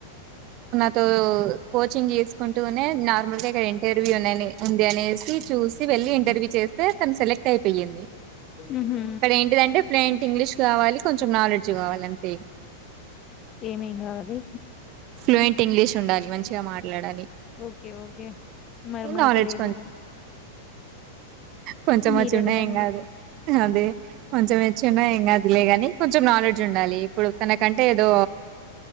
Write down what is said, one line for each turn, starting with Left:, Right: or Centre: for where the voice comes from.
Right: కో ఓ కోచింగ్ చేసుకుంటూనే నార్మల్ గా ఇక్కడ ఇంటర్వ్యూ ఉన్నని ఉన్ దేనేసి చూసి వెళ్ళి ఇంటర్వ్యూ చేస్తే తను సెలెక్ట్ అయిపోయింది.
Left: ఉహు
Right: అక్కడ ఏంటిదంటే ఫ్లూయంట్ ఇంగ్లీష్ కావాలి కొంచెం నాలెడ్జ్ కావాలి అంతే
Left: ఏమేం కావాలి
Right: ఫ్లూయంట్ ఇంగ్లీష్ ఉండాలి మంచిగా మాట్లాడాలి
Left: ఓకే ఓకే మరి మనకు
Right: నాలెడ్జ్
Left: లేదుగా
Right: కొంచం
Left: మీరు
Right: వచ్చి ఉన్న
Left: వెళ్ళండి
Right: ఎం కాదు ఆహా అదే కొంచెం వచ్చి ఉన్న ఏం కాదు లేగాని కొంచెం నాలెడ్జ్ ఉండాలి ఇప్పుడు తనకంటే ఏదో